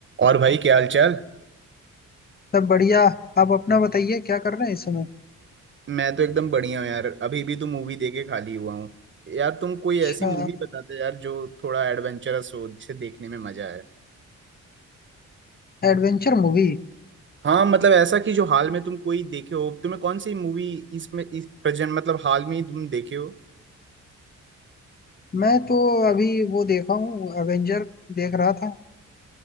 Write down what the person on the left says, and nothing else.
सब बढ़िया आप अपना बताइए क्या कर रहे हैं इस समय
अच्छा
Adventure movie
मैं तो अभी वो देखा हूँ एवेंजर देख रहा था